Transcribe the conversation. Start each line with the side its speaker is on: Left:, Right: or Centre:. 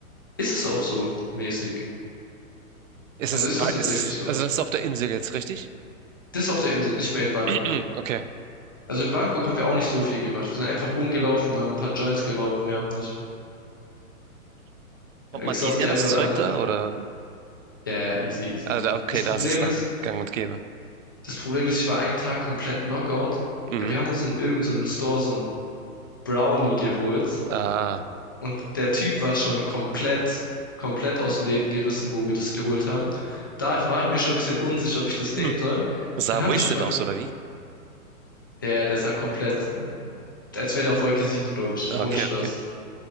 Left: Ist es auch so mäßig?
Right: Ist
Left: Also
Right: es,
Left: ist
Right: wei-
Left: es tatsächlich
Right: ist es,
Left: so.
Right: also das ist auf der Insel jetzt, richtig?
Left: Das auf der Insel, nicht mehr in Bangkok.
Right: <clears throat> Okay.
Left: Also in Bangkok haben wir auch nicht so viel gemacht. Wir sind einfach rumgelaufen, haben ein paar Joints geraucht, mehr auch nicht.
Right: Kommt
Left: Äh,
Right: man
Left: Bis
Right: easy
Left: auf die
Right: an
Left: eine
Right: das
Left: oder
Right: Zeug
Left: andere.
Right: da? Oder?
Left: Ja, ja, easy, easy.
Right: Also, okay,
Left: Das
Right: da
Left: Problem
Right: ist es dann
Left: ist,
Right: gang und gäbe.
Left: das Problem ist, ich war einen Tag komplett Knockout.
Right: Mhm.
Left: Äh, Wir haben uns in irgendeinem so einem Store so einen Brownie geholt
Right: Ah.
Left: und der Typ war schon komplett, komplett aus dem Leben gerissen, wo wir das geholt haben. Da war ich mir schon ein bisschen unsicher, ob ich das nehmen
Right: Hm.
Left: soll.
Right: Sah
Left: Dann habe
Right: wasted
Left: ich mit meinem,
Right: aus, oder wie?
Left: ja, ja, der sah komplett als wäre der auf Wolke 7 glaube ich.
Right: Okay,
Left: Ohne Spaß.
Right: okay.